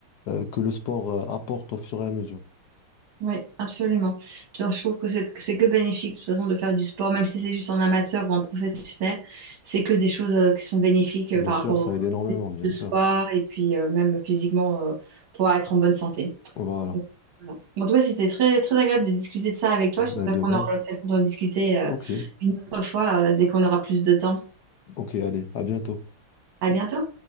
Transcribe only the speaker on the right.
Oui, absolument. Donc, je trouve que c'est c'est que bénéfique de toute façon de faire du sport, même si c'est juste en amateur ou en professionnel, c'est que des choses euh, qui sont bénéfiques
euh, par
rapport
au
de
soi et puis euh, même physiquement euh, pour être en bonne santé.
Donc, voilà. En tout cas, c'était très, très agréable de discuter de ça avec toi.
J'espère
qu'on
aura l'occasion d'en discuter euh,
une autre fois euh, dès qu'on aura plus de temps.
À bientôt.